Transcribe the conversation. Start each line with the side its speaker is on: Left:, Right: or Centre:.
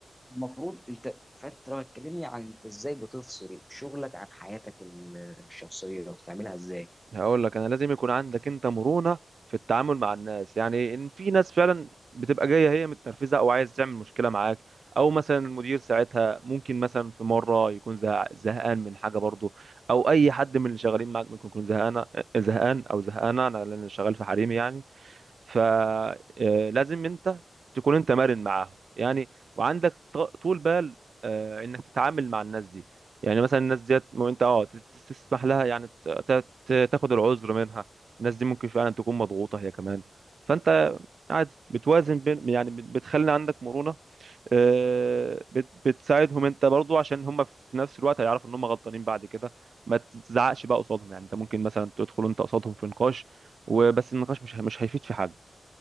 Centre: المفروض انت فانت لو هتكلمني عن انت ازاي بتفصل شغلك عن حياتك ال- الشخصيه وبتعملها ازاي
Right: هقول لك انا لازم يكون عندك انت مرونة في التعامل مع الناس يعني ان في ناس فعلا بتبقى جاية هي متنرفزة او عايز تعمل مشكلة معاك او مثلا المدير ساعتها ممكن مثلا في مرة يكون زه- زهقان من حاجة برضه او اي حد من اللي شغالين معاك ممكن يكون زهقان زهقان او زهقانة انا لان شغال في حريمي يعني فلازم انت تكون انت مرن معاهم يعني وعندك ط- طول بال آه، انك تتعامل مع الناس دي يعني مثلا الناس ديت مو انت اه ت- ت- تسمح لها يعني ت- ت- ت- تاخد العذر منها الناس دي ممكن فعلا تكون مضغوطة هي كمان فانت عادي بتوازن بين يعني بت- بتخلي عندك مرونة آه، بت- بتساعدهم انت برضو عشان هم في نفس الوقت هيعرفوا ان هم غلطانين بعد كده ما تزعقش بقى قصادهم يعني انت ممكن مثلا تدخل انت قصادهم في نقاش وبس النقاش مش مش هيفيد في حاجة